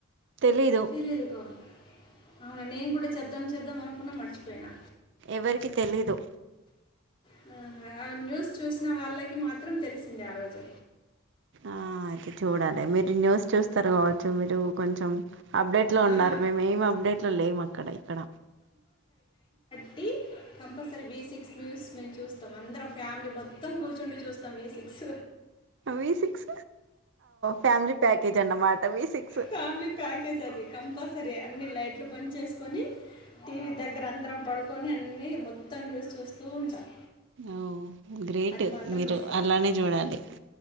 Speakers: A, on the right; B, on the left.
A: తెలీదు
B: తెలిదుకో అవునా నేను కూడా చెబ్ధం చెబ్దం అనుకున్నా మర్చిపోయినా
A: ఎవరికి తెలీదు
B: హుమ్ న్యూస్ చూసిన వాళ్ళకి మాత్రం మాత్రం తెలిసింది ఆ రోజు
A: ఆ అయితే చూడాలి మీరు న్యూస్ చూస్తారు కావచ్చు మీరు కొంచెం అప్డేట్ లో ఉన్నారు
B: ఆ,
A: మేము ఏం అప్డేట్ లో లేము అక్కడ ఇక్కడ
B: బట్టి కంపల్సరీ వేసిక్స్ న్యూస్ మేము చూస్తాం అందరం ఫ్యామిలీ మొత్తం కూర్చుండి చూస్తాం వేసిక్స్
A: వి సిక్స్ ఫ్యామిలీ ప్యాకేజ్ అన్నమాట విసిక్స్
B: ఫ్యామిలీ ప్యాకేజ్ అది కంపల్సరీ అన్ని లైట్లు బంద్ చేసుకొని టీవీ దగ్గర అందరం పడుకి కొన్ని అన్ని మొత్తం న్యూస్ చూస్తూ ఉంటాం
A: అవు గ్రేటు
B: అది మాత్రం
A: మీరు
B: మిస్ అవ్వం
A: అలానే చూడాలి